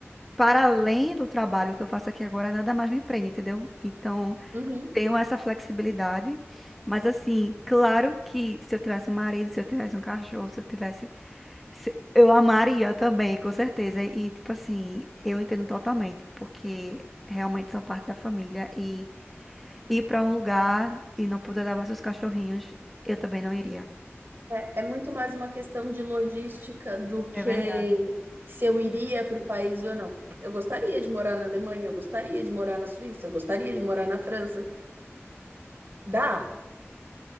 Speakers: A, in the centre; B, on the right.
A: para além do trabalho que eu faço aqui agora, nada mais me prende, entendeu? Então,
B: uhum.
A: tenho essa flexibilidade. Mas assim, claro que se eu tivesse um marido, se eu tivesse um cachorro, se eu tivesse se- Eu amaria também, com certeza. E, tipo assim, eu entendo totalmente, porque realmente são parte da família. E ir pra um lugar e não poder levar seus cachorrinhos, eu também não iria.
B: É, é muito mais uma questão de logística do que
A: É verdade.
B: se eu iria para o país ou não. Eu gostaria de morar na Alemanha, eu gostaria de morar na Suíça, eu gostaria de morar na França. Dá?